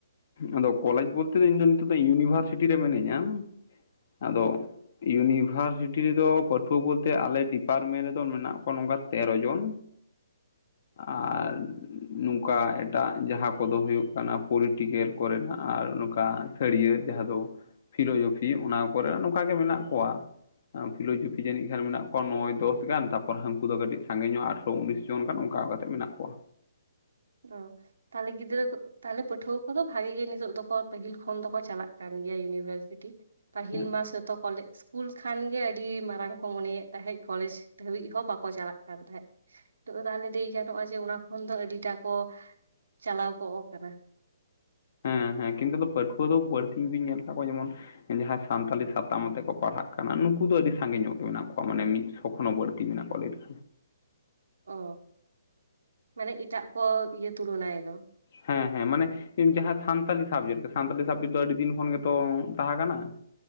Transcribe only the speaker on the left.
ᱟᱫᱚ ᱠᱚᱞᱮᱡᱽ ᱵᱚᱞᱛᱮ ᱫᱚ ᱤᱧᱫᱚ ᱱᱤᱛᱚᱜ ᱫᱚ ᱤᱭᱩᱱᱤᱵᱷᱟᱨᱥᱤᱴᱤ ᱨᱮ ᱢᱤᱱᱟᱹᱧᱟ ᱟᱫᱚ ᱤᱭᱩᱱᱤᱵᱷᱟᱨᱥᱤᱴᱤ ᱨᱮᱫᱚ ᱯᱟᱹᱴᱷᱩᱣᱟᱹ ᱵᱚᱞᱛᱮ ᱟᱞᱮ ᱰᱤᱯᱟᱨᱴᱢᱮᱱᱴ ᱨᱮᱫᱚ ᱢᱮᱱᱟᱜ ᱠᱚᱣᱟ ᱱᱚᱝᱠᱟ ᱛᱮᱨᱚ ᱡᱚᱱ
ᱟᱨ
ᱱᱚᱝᱠᱟ ᱮᱴᱟᱜ ᱡᱟᱦᱟᱸ ᱠᱚᱫᱚ ᱦᱩᱭᱩᱜ ᱠᱟᱱᱟ᱾ ᱯᱚᱞᱤᱴᱤᱠᱮᱞ ᱠᱚᱨᱮᱱᱟᱜ ᱟᱨ ᱱᱚᱝᱠᱟ ᱟᱹᱛᱷᱟᱲᱤᱭᱟᱹ ᱡᱟᱦᱟᱸ ᱫᱚ ᱯᱷᱤᱞᱳᱡᱚᱯᱷᱤ ᱚᱱᱟ ᱠᱚᱨᱮ ᱱᱚᱝᱠᱟ‌ᱜ ᱜᱮ ᱢᱮᱱᱟᱜ ᱠᱚᱣᱟ᱾ ᱯᱷᱤᱞᱳᱡᱚᱯᱷᱤ ᱡᱟᱹᱱᱤᱡ ᱠᱷᱟᱱ ᱢᱮᱱᱟᱜ ᱠᱚᱣᱟ ᱱᱚᱭ ᱫᱚᱥ ᱜᱟᱱ ᱛᱟᱯᱚᱨ ᱦᱟᱹᱱᱠᱩ ᱫᱚ ᱠᱟᱹᱴᱤᱡ ᱥᱟᱸᱜᱮ ᱧᱚᱜ ᱟᱴᱷᱨᱚ ᱩᱱᱤᱥ ᱡᱚᱱᱜᱟᱱ ᱚᱝᱟ ᱚᱝᱠᱟ ᱠᱟᱛᱮᱫ ᱢᱮᱱᱟᱜ ᱠᱚᱣᱟ
ᱦᱮᱸ
ᱦᱮᱸ ᱦᱮᱸ ᱠᱤᱱᱛᱩ ᱯᱟᱹᱴᱷᱩᱣᱟᱹ ᱫᱚ ᱵᱟᱹᱲᱛᱤᱧ ᱜᱤᱧ ᱧᱮᱞ ᱟᱠᱟ ᱠᱚᱣᱟ ᱡᱮᱢᱚᱱ᱾ ᱡᱟᱦᱟᱸᱭ ᱥᱟᱱᱛᱟᱞᱤ ᱥᱟᱛᱟᱢ ᱟᱛᱮᱠᱚ ᱯᱟᱲᱦᱟᱣᱜ ᱠᱟᱱᱟ ᱱᱩᱠᱩ ᱫᱚ ᱟᱹᱰᱤ ᱥᱟᱸᱜᱮ ᱧᱚᱜ ᱜᱮ ᱢᱮᱱᱟᱜ ᱠᱚᱣᱟ ᱢᱟᱱᱮ ᱢᱤᱫ ᱠᱚᱠᱷᱚᱱᱳ ᱵᱟᱹᱛᱤ ᱢᱮᱱᱟᱜ ᱠᱚᱣᱟ ᱟᱹᱰᱤ ᱰᱮᱨ᱾
ᱦᱮᱸ ᱦᱮᱸ ᱢᱟᱱᱮ ᱤᱧ ᱡᱟᱦᱟᱸ ᱥᱟᱱᱛᱟᱞᱤ ᱥᱟᱵᱡᱮᱠᱴ ᱥᱟᱱᱛᱟᱞᱤ ᱥᱟᱵᱡᱮᱠᱴ ᱫᱚ ᱟᱹᱰᱤ ᱫᱤᱱ ᱠᱷᱚᱱ ᱜᱮᱛᱚ ᱛᱟᱦᱮᱸ ᱠᱟᱱᱟ